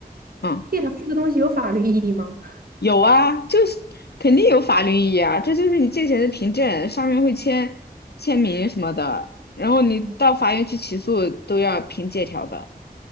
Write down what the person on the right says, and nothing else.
借条这个东西有法律意义吗？
<laughs>